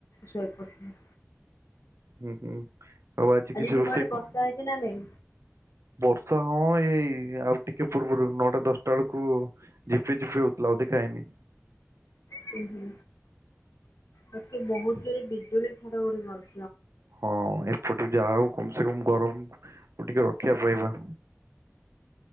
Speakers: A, on the left; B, on the right.
A: ଶୋଇ ପ ହୁଁ ।
B: ହୁଁ ହୁଁ। ଆଉ ଆଜି କିଛି
A: ତୁମ
B: ରୋଷେଇ
A: ଆଡେ
B: କହ
A: ବର୍ଷା ହେଇଛି ନା ନାଇଁ?
B: ବର୍ଷା ହଁ ଏଇ ଆଉ ଟିକେ ପୂର୍ବରୁ ନଅଟା ଦଶଟା ବେଳକୁ ଝିପି ଝିପି ହଉଥିଲା ଆଉ ଦେଖାହଇନି
A: ହୁ ହୁଁ ମେ ବହୁତ ରେ ବିଜୁଳି ଘଡଘଡି ମାର
B: ହଁ ଏପଟୁ ଯା ହଉ କମ ସେ କମ ଗରମ ଟିକେ ରକ୍ଷା ପାଇବା